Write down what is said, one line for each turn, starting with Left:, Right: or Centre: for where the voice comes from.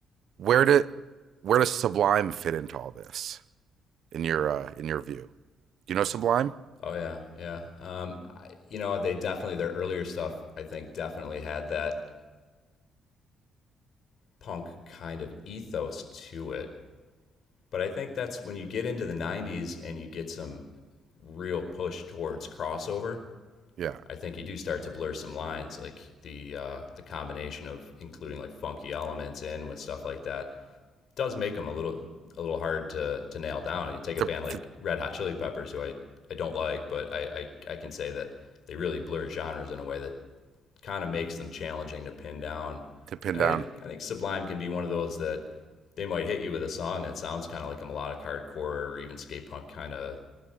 Right: where do where does Sublime fit into all this in your uh, in your view? Do you know Sublime?
Left: Oh yeah, yeah. Um, I, you know, they definitely their earlier stuff. I think definitely had that punk kind of ethos to it. But I think that's when you get into the '90s and you get some real push towards crossover.
Right: Yeah.
Left: I think you do start to blur some lines, like the uh, the combination of including like funky elements in with stuff like that does make them a little a little hard to to nail down. You take a
Right: to,
Left: band like
Right: to,
Left: Red Hot Chili Peppers, who I I don't like, but I I, I can say that they really blur genres in a way that kind of makes them challenging to pin down.
Right: to pin
Left: And
Right: down.
Left: I think I think Sublime can be one of those that they might hit you with a song that sounds kind of like a melodic hardcore or even skate punk kind of